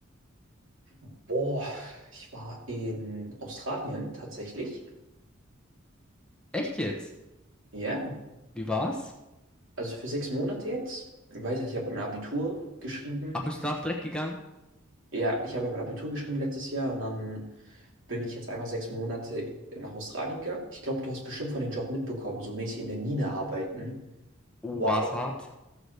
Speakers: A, on the right; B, in the centre.
A: Boah, ich war in Australien tatsächlich.
B: Echt jetzt?
A: Ja,
B: Wie war's?
A: also für sechs Monate jetzt. Ich weiß, ich habe mein Abitur geschrieben.
B: Ach, bist du nach direkt gegangen?
A: Ja, ich habe mein Abitur geschrieben letztes Jahr und dann bin ich jetzt einfach sechs Monate nach Australien gegangen. Ich glaube, du hast bestimmt von dem Job mitbekommen, so mäßig in der Mine arbeiten.
B: Oh,
A: Wow.
B: war's hart?